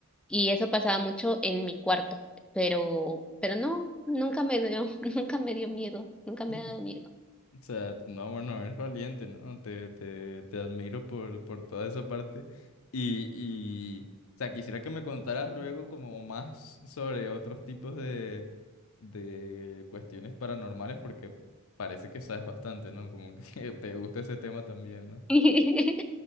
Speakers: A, in the centre; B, on the left.
A: Y eso pasaba mucho en mi cuarto, pero, pero no, nunca me dio, <laughs> nunca me dio miedo, nunca me
B: <laughs>
A: ha dado miedo.
B: O sea, no, bueno, eres valiente, ¿no? Te, te, te admiro por, por toda esa parte. Y, y, o sea, quisiera que me contaras luego como más sobre otros tipos de, de cuestiones paranormales, porque parece que sabes bastante, ¿no? Como que <laughs> te gusta ese tema también, ¿no?
A: <laughs>